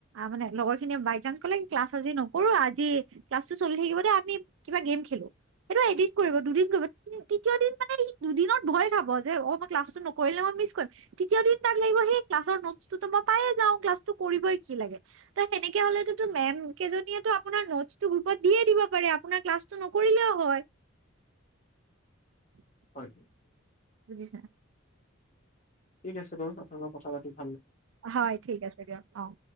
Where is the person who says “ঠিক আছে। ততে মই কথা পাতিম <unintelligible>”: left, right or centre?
Left